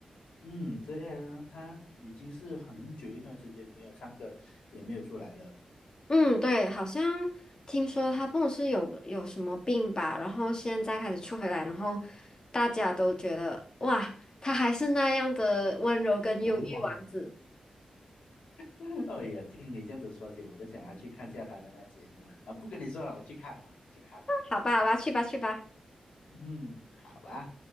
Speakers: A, on the left (about 85°); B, on the left (about 40°).
A: 嗯，对啊，他已经是很久一段时间没有唱歌，也没有出来了。
B: 嗯，对，好像听说他不是有有什么病吧，然后现在开始出回来，然后大家都觉得哇，他还是那样的温柔跟忧郁王子。
A: 阳光，<laughs> 哎呀，听你这样子说起，我都想要去看一下他的那节目了啊！不跟你说了，我去看了，我去看了。
B: 好吧，好吧，去吧，去吧。
A: 嗯，好吧。